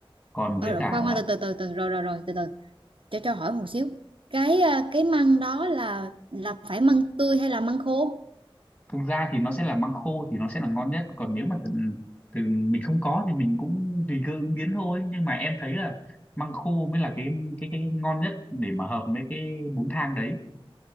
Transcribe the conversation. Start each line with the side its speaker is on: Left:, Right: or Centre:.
Left: còn với
Right: ờ, rồi,
Left: cả
Right: khoan
Left: là
Right: khoan từ từ từ từ rồi rồi rồi từ từ cho cho hỏi một xíu cái à, cái măng đó là là phải măng tươi hay là măng khô
Left: thực ra thì nó sẽ là măng khô thì nó sẽ là ngon nhất còn nếu mà từ, từ mình không có thì mình cũng tùy cơ ứng biến thôi nhưng mà em thấy là măng khô mới là cái cái cái ngon nhất để mà hợp với cái bún thang đấy